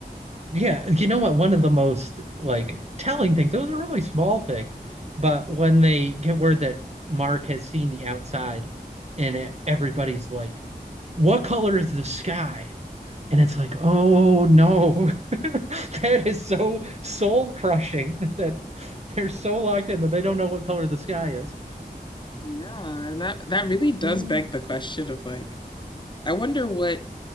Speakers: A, on the right; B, on the left.
A: Yeah, you know what? One of the most like telling things, it was a really small thing, but when they get word that Mark has seen the outside and e- everybody's like, What color is the sky? And it's like, Oh no, <laughs> that is so soul crushing <laughs> that they're so locked in that they don't know what color the sky is.
B: Yeah, and that that really does
A: Mm.
B: beg the question of like, I wonder what